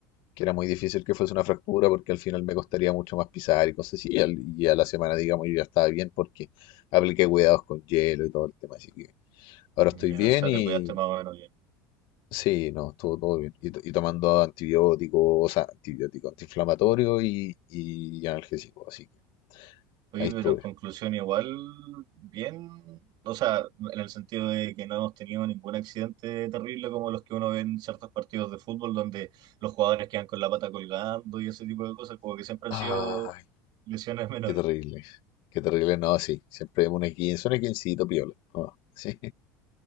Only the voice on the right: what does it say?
Ya,
o sea,
te cuidaste más o menos bien.
Oye,
pero en conclusión, igual, bien. O sea, en el sentido de que no hemos tenido ningún accidente terrible como los que uno ve en ciertos partidos de fútbol, donde los jugadores quedan con la pata colgando y ese tipo de cosas, como que siempre han
sido lesiones <laughs> menores.